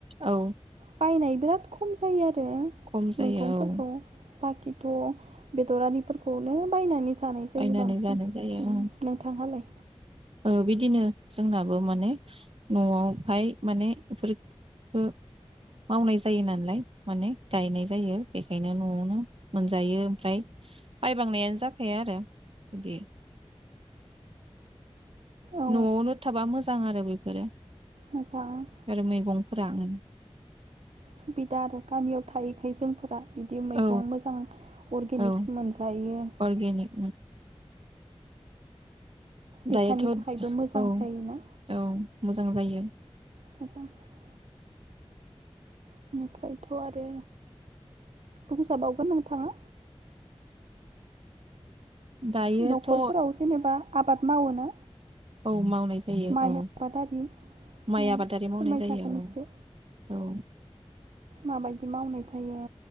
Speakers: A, on the right; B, on the right.
A: औ।
B: बायनाय बिराद खम जायो आरो ओ
A: खम जायो
B: मैगंफोरखौ
A: औ
B: बाखिथ बेदरारिफोरखौनो बायनानैसो थानाय जायो
A: बायनानै
B: बांसिन
A: जानाय जायो ओं
B: नोंथांहालाय
A: ओ बिदिनो जोंनाबो माने नआवहाय माने बेफोरखो मावनाय जायो नालाय माने गायनाय जायो बेखायनो नआवनो मोनजायो ओमफ्राय बायबांनायानो जाखाया आरो बिदि
B: औ
A: नआवनो थाबा मोजां आरो बेफोरो
B: मोजां
A: आरो मैगंफोरा अम
B: सुबिदा आरो गामियाव थायैखाय जोंफोरा बिदि मैगं
A: औ
B: मोजां अरगेनिक
A: औ
B: मोनजायो
A: अर्गेनिक
B: देहानि
A: दायोथ' औ
B: थाखायबो मोजां जायोना
A: औ मोजां जायो
B: मोजां जायो बेनिफ्रायथ' आरो बंजाबावगोन नोंथाङा
A: दायोथ'
B: न'खरफोराव जेनेबा आबाद मावोनो
A: औ मावनाय जायो
B: माय
A: औ
B: आबादारि
A: माइ
B: फोरमायजागोन
A: आबादारि मावनाय जायो औ
B: एसे
A: औ
B: माबायदि मावनाय जायो